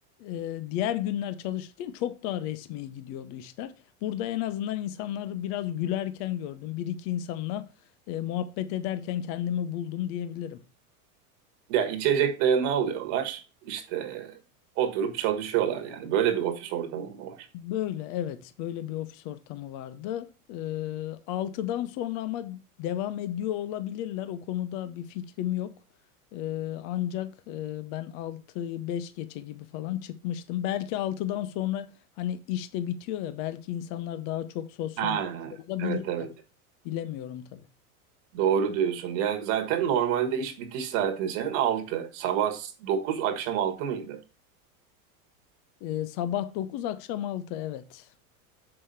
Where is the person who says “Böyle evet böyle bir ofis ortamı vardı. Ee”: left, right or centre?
Left